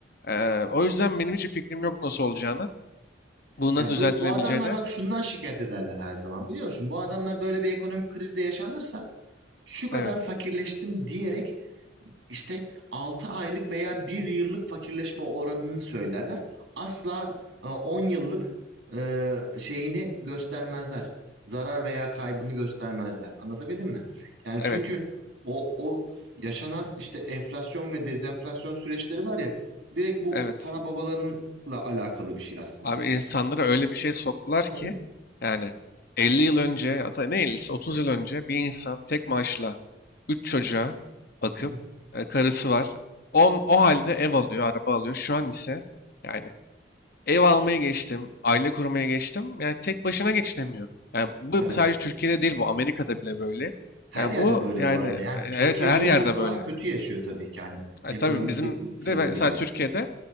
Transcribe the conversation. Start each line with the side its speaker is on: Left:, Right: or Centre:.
Left: Ee, o yüzden benim hiç fikrim yok nasıl olacağına. Bu
Right: Ya
Left: nasıl düzeltilebileceğine.
Right: bu, bu adamlar bak şundan şikayet ederler her zaman biliyor musun? Bu adamlar böyle bir ekonomik krizde yaşanırsa şu kadar
Left: Evet.
Right: fakirleştim diyerek İşte 6 aylık veya bir yıllık fakirleşme oranını söylerler. Asla e, 10 yıllık e, şeyini göstermezler. Zarar veya kaybını göstermezler. Anlatabildim mi? Yani
Left: Evet.
Right: çünkü o, o yaşanan işte enflasyon ve dezenflasyon süreçleri var ya direkt bu
Left: Evet.
Right: para babalarınınla alakalı bir şey aslında.
Left: Abi insanlara öyle bir şey soktular ki
Right: Hı hı.
Left: yani 50 yıl önce ya da ne 50'si 30 yıl önce bir insan tek maaşla 3 çocuğa bakıp
Right: Hı hı.
Left: e, karısı var. On, o halde ev alıyor, araba alıyor. Şu an ise yani ev almayı geçtim, aile kurmaya geçtim. Yani tek başına geçinemiyor. Yani bu
Right: Tabii.
Left: sadece Türkiye'de değil bu Amerika'da bile böyle.
Right: Her
Left: Yani
Right: yerde
Left: bu
Right: böyle
Left: yani
Right: bu arada.
Left: e,
Right: Yani
Left: evet
Right: Türkiye
Left: her
Right: bunu
Left: yerde
Right: çok daha
Left: böyle.
Right: kötü yaşıyor tabii ki hani
Left: E
Right: ekonomisi
Left: tabii bizim
Right: sebebiyle.
Left: bir de mesela Türkiye'de